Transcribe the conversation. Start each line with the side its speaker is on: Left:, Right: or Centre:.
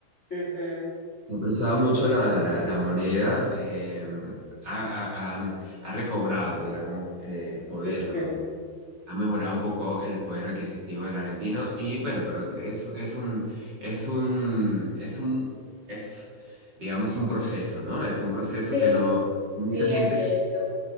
Left: ujú,
Right: Se ha apreciado mucho la, la- la moneda. eh, ha, ha- ha- ha recobrado, digamos, eh, poder
Left: ujú.
Right: la moneda. ha mejorado un poco el poder adquisitivo del argentino y bueno, pero es, es un, es un, es un, es, digamos, un proceso, ¿no? Es un proceso
Left: Sí,
Right: que no, mucha
Left: sí
Right: gente
Left: es lento.